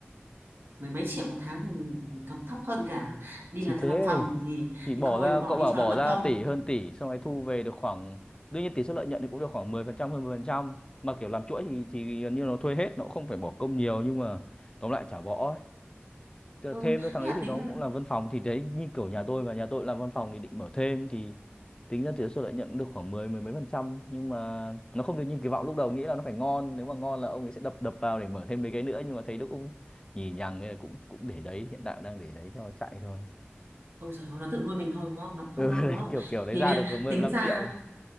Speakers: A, on the right; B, on the left.
A: mười mấy triệu một tháng thì còn thấp hơn cả đi
B: thì
A: làm ra
B: thế
A: văn phòng thì
B: thì bỏ
A: thì thôi
B: ra
A: bỏ
B: cậu
A: đi
B: bảo
A: cho
B: bỏ
A: nó mất
B: ra
A: công
B: tỷ hơn tỷ xong rồi thu về được khoảng đương nhiên tỷ suất lợi nhuận thì cũng được khoảng 10% hơn mười phần trăm mà kiểu làm chuỗi thì thì gần như nó thuê hết nó không phải bỏ công nhiều nhưng mà tóm lại chả bỏ ấy. Tờ-
A: ừ
B: thêm nữa thằng
A: thế
B: đấy
A: là
B: thì
A: tính
B: nó cũng làm văn phòng thì đấy như kiểu nhà tôi mà nhà tôi làm văn phòng thì định mở thêm thì tính ra tỷ suất lợi nhuận được khoảng 10 mười mấy phần trăm nhưng mà nó không được như kỳ vọng lúc đầu nghĩ là nó phải ngon nếu mà ngon là ông ấy sẽ đập đập vào để mở thêm mấy cái nữa nhưng mà thấy nó cũng nhì nhằng nên là cũng cũng để đấy hiện tại đang để đấy cho nó chạy thôi
A: ôi trời ơi, nó tự nuôi mình thôi đúng không nó cũng không
B: ừ
A: ngon
B: <laughs> đấy
A: đúng không
B: kiểu kiểu đấy
A: thì
B: ra
A: bây giờ
B: được mười mười
A: tính
B: lăm
A: ra
B: triệu